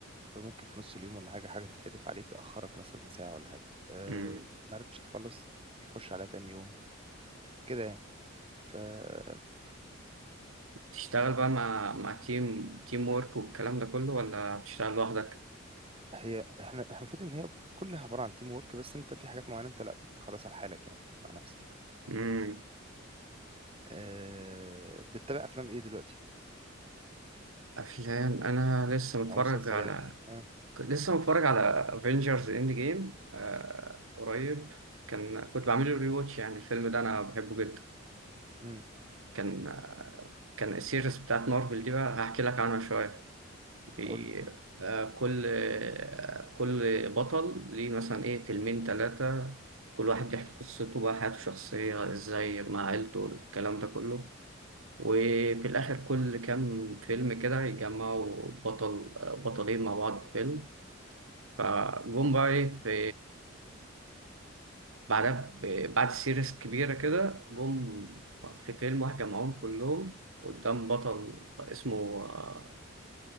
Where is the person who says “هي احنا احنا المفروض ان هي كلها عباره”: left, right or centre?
Right